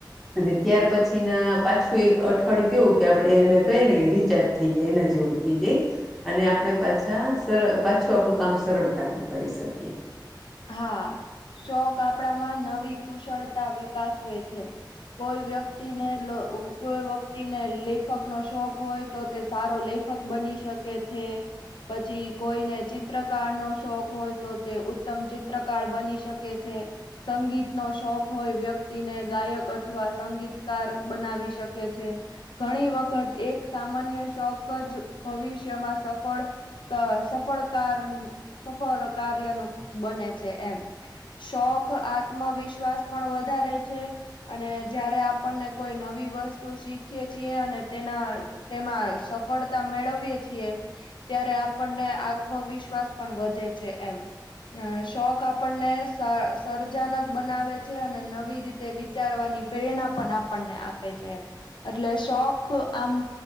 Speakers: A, in the centre; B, on the left (about 85°).
A: અને ત્યાર પછી ના પાછું એક અઠવાડિયું કેવું કે આપડે એને કહીએ ને કે રિચાર્જ થઈ જાય એન જેવું થઈ જાય અને આપણે પાછા સર પાછ તો આપણું કામ સરળતાથી કરી શકીએ.
B: હા શોક આપડામાં નવી કુશળતા વિકાસવે છે કોઈ વ્યક્તિને કોઈ વ્યક્તિને લેખક નો શોખ હોય તો તે સારો લેખ લેખક બની શકે છે પછી કોઈને ચિત્રકાર નો શોખ હોય તો તે ઉત્તમ ચિત્રકાર બની શકે છે સંગીત નો શોખ હોય વ્યક્તિને ગાયક અથવા સંગીતકાર બનાવી શકે છે ઘણી વખત એક સામાન્ય શોક જ ભવિષ્યમાં સફળ સફળ કાર સફળ કાર્યનું બને છે એમ શોખ આત્મવિશ્વાસ પણ વધારે છે અને જયારે આપણને કોઈ નવી વસ્તુ શીખીએ છીએ અને તેના તેમાં સફળતા મેળવીએ છીએ ત્યારે આપણને આત્મવિશ્વાસ પણ વધે છે એમ અ શોખ આપણને સરર્જનક બનાવે છે અને નવી રીતે વિચારવાની પ્રેરણા પણ આપણને આપે છે એમ એટલે શોખ આમ